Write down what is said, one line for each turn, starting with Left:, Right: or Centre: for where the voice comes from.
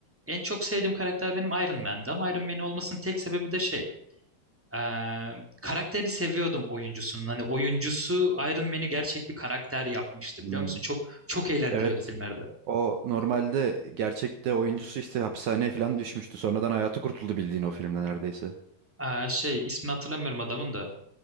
Centre: en çok sevdiğim karakter benim Iron Man'di ama Iron Man olmasının tek sebebi de şey e, karakterini seviyordum oyuncusunun. Hani oyuncusu Iron Man'i gerçek bir karakter yapmıştı
Right: Hmm,
Centre: biliyor musun? Çok çok eğlendiriyordu
Right: Evet.
Centre: filmlerde.
Right: O normalde gerçekte oyuncusu işte hapishaneye falan düşmüştü. Sonradan hayatı kurtuldu bildiğin o filmden neredeyse.
Centre: Ee, şey ismini hatırlamıyorum adamın da.